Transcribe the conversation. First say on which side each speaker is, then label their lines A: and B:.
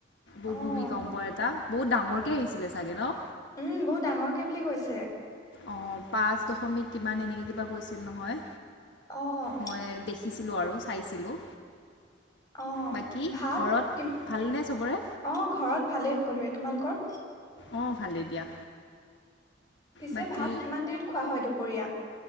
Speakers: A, on the left (about 65°); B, on the left (about 20°).
A: ভুমিকম্প
B: অ',
A: কম প এটা বহুত ডাঙৰকৈ আহিছিলে ছাগৈ ন
B: উম বহুত ডাঙৰকে বুলি কৈছে
A: অঁ পাঁচ দশমিক কিমান এনেকৈ কিবা কৈছিল নহয়
B: অ',
A: মই দেখিছো আৰু চাইছিলোঁ
B: অ
A: বাকী
B: ভাত
A: ঘৰত
B: কি অ
A: ভালনে চবৰে
B: ঘৰত ভালেই সকলোৰে তোমালোকৰ চিক
A: অ ভালেই দিয়া
B: পিছে
A: বাকী
B: ভাত কিমান দেৰিত খোৱা হয় দুপৰীয়া-